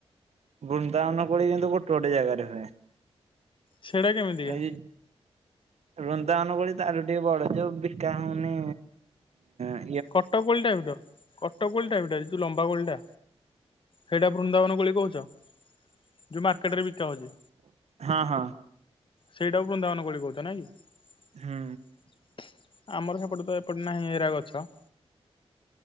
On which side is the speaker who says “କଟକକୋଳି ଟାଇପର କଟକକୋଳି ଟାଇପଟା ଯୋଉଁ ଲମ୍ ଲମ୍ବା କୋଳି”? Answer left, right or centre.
Left